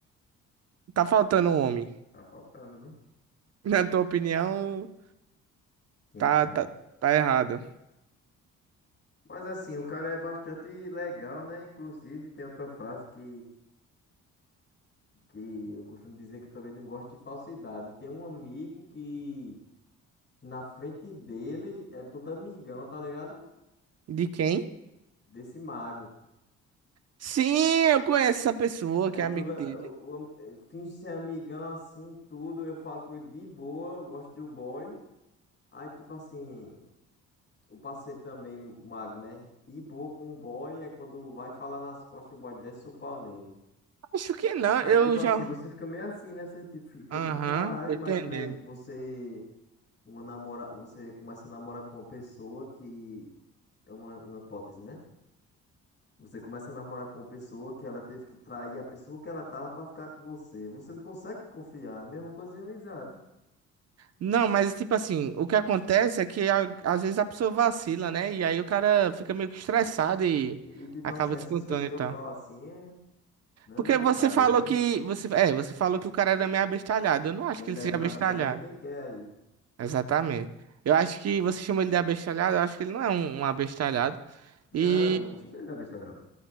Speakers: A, on the right; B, on the left.
A: Tá faltando um homem.
B: Tá faltando, viu?
A: <laughs> Na tua opinião,
B: Sim,
A: tá,
B: sim.
A: tá, tá errado.
B: Mas assim, o cara é bastante legal, né? Inclusive, tem outra frase que, que eu costumo dizer que eu também não gosto de falsidade. Tem um amigo que, que na frente dele é todo amigão, tá ligado?
A: De quem?
B: Desse mago.
A: Sim, eu conheço essa pessoa
B: É
A: que é
B: toda.
A: amigo dele.
B: O, o am- eh, finge ser amigão assim, tudo. Eu falo com ele de boa, eu gosto do boy. Aí, tipo assim, o parceiro também, mago, né? De boa com o boy é quando vai falar nas costas, o boy desce o pau nele.
A: Acho que não,
B: Aí,
A: eu
B: tipo assim,
A: já.
B: você fica meio assim, né? Você tipo, fica
A: Aham,
B: tipo, caralho,
A: tô
B: imagina
A: entendendo.
B: aí, você uma namora, você começa a namorar com uma pessoa que é uma, uma hipótese, né? Você começa a namorar com uma pessoa que ela teve que trair a pessoa que ela tava pra ficar com você. Você não consegue confiar. A mesma coisa em amizade.
A: Não, mas tipo assim, o que acontece é que a- às vezes a pessoa vacila, né? E aí o cara fica meio que estressado e
B: E tipo
A: acaba
B: assim, essas
A: descontando
B: coisas que
A: e
B: eu
A: tal.
B: falo assim, é- não
A: Porque
B: é na brincadeira,
A: você falou
B: né?
A: que. Você, é, você falou que o cara era meio abestalhado. Eu não acho
B: Quem
A: que
B: leva
A: ele seja
B: na
A: abestalhado.
B: brincadeira é quem quer aí.
A: Exatamente. Eu acho que você chama ele de abestalhado, eu acho que ele não é um, um abestalhado.
B: Não,
A: E
B: eu não chamei ele da bicharada.